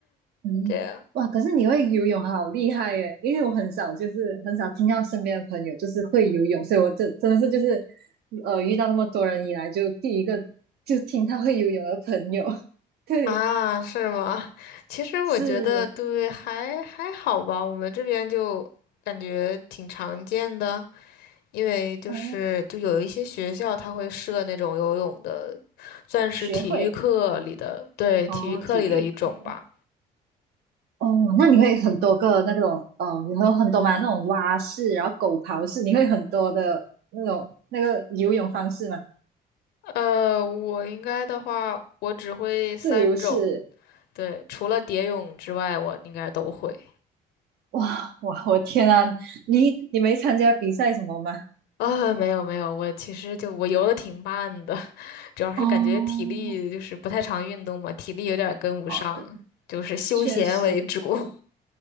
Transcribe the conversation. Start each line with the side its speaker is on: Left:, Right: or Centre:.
Right: 嗯，
Left: 这样。
Right: 哇！可是你会游泳，好厉害耶！因为我很少，就是很少听到身边的朋友就是会游泳，所以我这真的是就是，呃，遇到那么多人以来，就第一个就听他会游泳的朋友。<laughs> 对，
Left: 啊，是吗？其实我觉得对，
Right: 是
Left: 还还好吧。我们这边就感觉挺常见的，因为就是就有一些学校它会设那种游泳的，
Right: 哦，
Left: 算是体育课里的，
Right: 学会
Left: 对，
Right: 哦，
Left: 体育课里的一种吧。
Right: 体育课哦，那你会很多个那种哦，你会有很多嘛那种蛙式，然后狗刨式，你会很多的那种那个游泳方式嘛？
Left: 呃，我应该的话，我只会三种，
Right: 自由式
Left: 对，除了蝶泳之外，我应该都会。
Right: 哇哇，我天啊，你你没参加比赛什么吗？
Left: 啊，没有没有，我其实就我游的挺慢的，<laughs> 主要是感觉体力就是不太常运动嘛，
Right: 哦，
Left: 体力有点儿跟不上，
Right: 哦，对，
Left: 就是休闲为主。
Right: 确实
Left: <laughs>